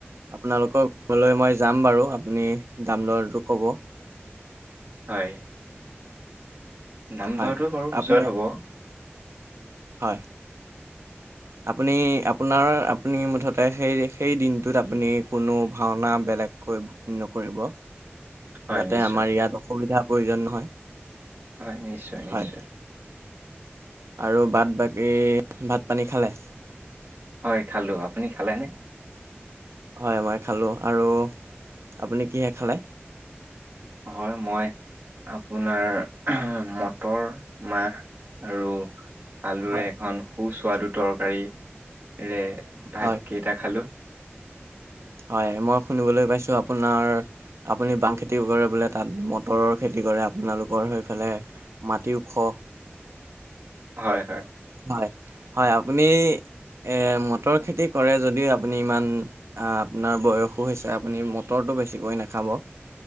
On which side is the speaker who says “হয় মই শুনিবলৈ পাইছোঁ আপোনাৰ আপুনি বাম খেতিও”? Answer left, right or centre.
Right